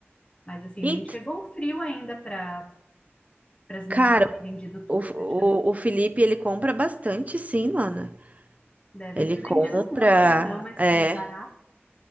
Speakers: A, on the left; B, on the right.
A: mas assim,
B: ent-
A: nem chegou o frio ainda para para as meninas
B: cara,
A: que tinham vendido tudo,
B: o,
A: praticamente.
B: o, o Felipe ele compra bastante, sim, Lana.
A: Devem
B: Ele
A: ter
B: compra.
A: vendido muito, então, mas
B: É,
A: como é barato.